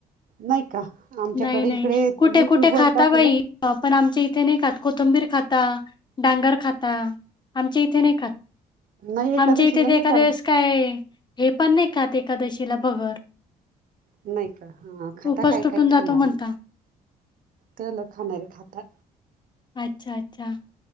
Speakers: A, on the right; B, on the left.
A: नाही का आमच्याकडे
B: नाही नाही.
A: इकडे
B: कुठे
A: युट्यूबवर
B: कुठे खाता
A: दाखवलं
B: बाई. पण आमच्या इथे नाही खात. कोथंबीर खाता. डांगर खाता. आमचे इथे नाही खात्री.
A: नाही एकादशीला
B: मच्या इथे ते
A: नाही
B: एखाद्या
A: चालत
B: वेळेस काय हे पण नाही खात एकादशीला. भगर.
A: नाही का? ह खाता
B: उपास
A: काही
B: तुटून
A: काही
B: जातो
A: खाणारे.
B: म्हणता.
A: च ल खाणारे खाता.
B: अच्छा अच्छा.